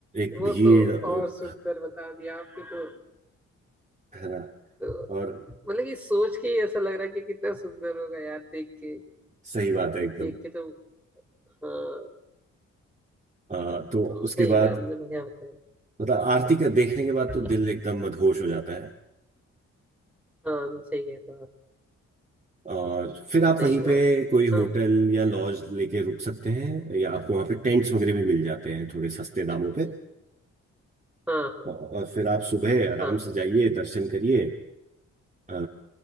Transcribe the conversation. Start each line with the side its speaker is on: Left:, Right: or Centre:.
Right: एक
Centre: वो
Right: भीड़
Centre: तो
Right: और
Centre: और सुंदर बता दिया आपने तो
Right: है ना
Centre: तो
Right: और
Centre: मतलब कि सोच के ही ऐसा लग रहा है कि कितना सुंदर होगा यार देख के
Right: सही बात है एकदम
Centre: देख के तो हाँ
Right: अ, तो
Centre: हम्म,
Right: उसके
Centre: सही
Right: बाद
Centre: में आपने बढ़िया बताया
Right: मतलब आरती
Centre: हाँ
Right: का देखने के बाद तो
Centre: जी
Right: दिल एकदम मदहोश हो जाता है
Centre: हाँ नहीं सही कह रहे हो
Right: और फिर
Centre: आप
Right: आप
Centre: सही
Right: वहीं पे
Centre: बात है
Right: कोई होटल
Centre: हाँ
Right: या लॉज लेके रुक सकते हैं या आपको वहाँ पे टेंट्स वगैरह भी मिल जाते हैं थोड़े सस्ते दामों पे
Centre: जी हाँ
Right: और फिर आप सुबह आराम
Centre: हाँ हाँ
Right: से जाइए दर्शन करिए अ,